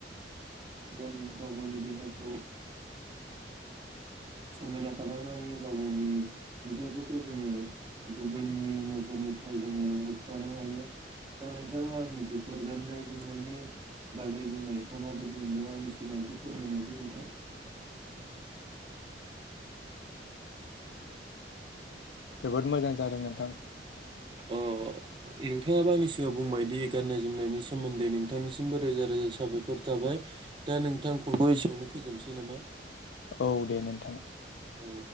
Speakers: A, on the right; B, on the left.
A: जों गाव गावनि देहाखौ। समायना खालामनो हायो गाव गावनि नुथायफोरखौ जोङो गुबुननि नोजोरनिफ्राय जोङो होबथानो हायो दा नोंथाङा आंनि बेफोर गाननाय जोमनायनि बागै बुंनायखौ माबायदि मोनदों आंनि सिगां फोरमायनायखौ नोंथां।
B: जोबोद मोजां जादों नोंथां।
A: अ नोंथाङाबो आंनि सिगाङां बुंबायदि गाननाय जोमनायनि सोमोन्दै नोंथांनिसिमबो रोजा रोजा साबायखर थाबाय दा नोंथां कलखौ एसेयावनो फोजोबसै नामा।
B: औ दे नोंथां।
A: औ।